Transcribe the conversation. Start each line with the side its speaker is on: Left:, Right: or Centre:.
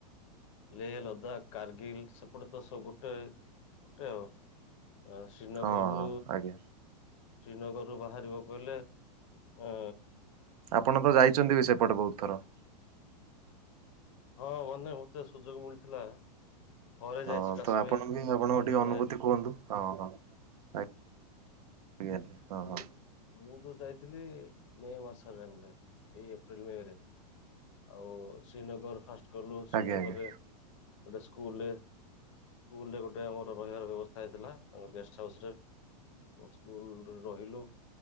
Left: ଲେହ, ଲଦାଖ, କାର୍ଗିଲି, ସେପଟେ ତ ସବୁ ଗୋଟେ ପଟେ ଆଉ। ଶ୍ରୀନଗରରୁ
Right: ହଁ ଆଜ୍ଞା
Left: ଶ୍ରୀନଗରରୁ ବାହାରିବାକୁ ବୋଇଲେ, ଅଁ
Right: ଆପଣ ତ ଯାଇଚନ୍ତି ବି ସେପଟେ ବହୁତ୍ ଥର।
Left: ହଁ ମାନେ ମତେ ସୁଯୋଗ ମିଳିଥିଲା, ଥରେ
Right: ହଁ
Left: ଯାଇଚି କାଶ୍ମୀର୍,
Right: ତ ଆପଣ ବି ଆପଣଙ୍କ
Left: ଜୀବନରେ
Right: ଟିକେ ଅନୁଭୂତି
Left: ଲାଇଫ୍
Right: କୁହନ୍ତୁ ହଁ -ହଁ ଆ- ଆଜ୍ଞା। ହଁ ହଁ
Left: ମୁଁ -ମୁଁ ଯୋଉ ଯାଇଥିଲି ମେ ମାସମରେ ଏଇ ଏପ୍ରିଲ୍ ମେରେ। ଆଉ ଶ୍ରୀନଗର ଫାଷ୍ଟ ଗଲୁ ଶ୍ରୀନଗରରେ
Right: ଆଜ୍ଞା ଆଜ୍ଞା
Left: ଗୋଟେ ସ୍କୁଲରେ। ସ୍କୁଲ୍ ରେ ଗୋଟେ ଆମର ରହିବାର ବ୍ୟବସ୍ଥା ହେଇଥିଲା। ଆମ ଗେଷ୍ଟ ହାଉସ୍ ରେ ସ୍କୁଲରେ ରହିଲୁ।